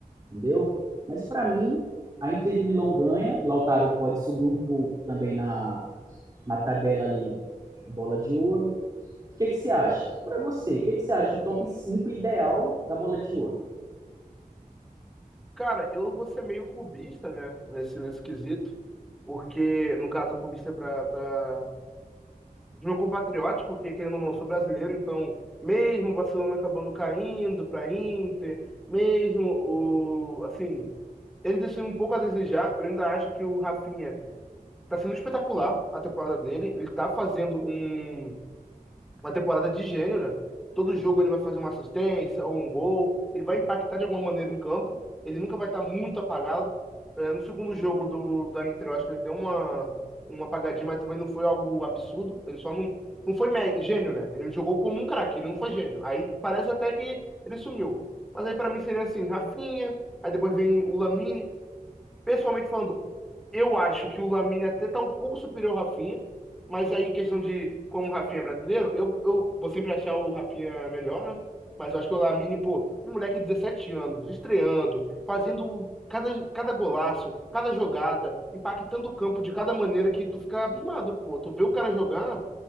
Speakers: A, on the right; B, in the centre.
A: entendeu? Mas para mim, a Inter de Milão ganha, Lautaro pode subir um pouco também na, na tabela ali, bola de ouro. O que, que você acha? Para você, o que, que você acha o top 5 ideal da bola de ouro?
B: Cara, eu vou ser meio clubista, né, nesse, nesse quesito, porque, no caso, clubista pra, pra os meus compatriotas, porque querendo ou não, eu sou brasileiro, então mesmo o Barcelona acabando caindo para Inter, mesmo o assim, ele deixando um pouco a desejar, eu ainda acho que o Rafinha tá sendo espetacular a temporada dele, ele tá fazendo um uma temporada de gênio, né? Todo jogo ele vai fazer uma assistência ou um gol, ele vai impactar de alguma maneira em campo, ele nunca vai estar muito apagado. É, no segundo jogo do, da Inter, eu acho que ele deu uma, uma apagadinha, mas também não foi algo absurdo, ele só não, não foi mé- gênio, né? Ele jogou como um craque, ele não foi gênio. Aí parece até que ele sumiu. Mas aí pra mim seria assim, Rafinha, aí depois vem o Lamine. Pessoalmente falando, eu acho que o Lamine até tá um pouco superior ao Rafinha, mas aí questão de como o Rafinha é brasileiro, eu, eu vou sempre achar o Rafinha melhor, né? Mas eu acho que o Lamine, pô, um moleque de 17 anos, estreando, fazendo cada, cada golaço, cada jogada, impactando o campo de cada maneira que tu fica abismado, pô. Tu vê o cara jogar